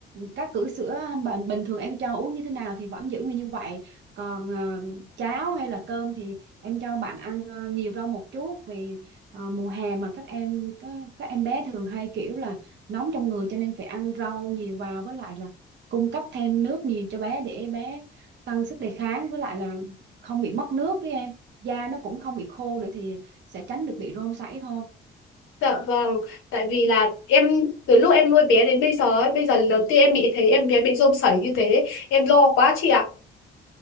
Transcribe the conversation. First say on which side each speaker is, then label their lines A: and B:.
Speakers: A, on the right (about 65°); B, on the left (about 85°).
A: các cữ sữa bình bình thường em cho uống như thế nào thì vẫn giữ nguyên như vậy còn ờ, cháo hay là cơm thì em cho bạn ăn ờ, nhiều rau một chút vì ờ, mùa hè mà các em các, các em bé thường hay kiểu là nóng trong người cho nên phải ăn rau nhiều vào với lại là cung cấp thêm nước nhiều cho bé để bé tăng sức đề kháng với lại là không bị mất nước với em da nó cũng không bị khô nữa thì sẽ tránh được bị rôm sảy thôi
B: Dạ vâng, tại vì là em từ lúc em nuôi bé đến bây giờ ấy, bây giờ lần đầu tiên em bị thấy em bé bị rôm sảy như thế, em lo quá chị ạ.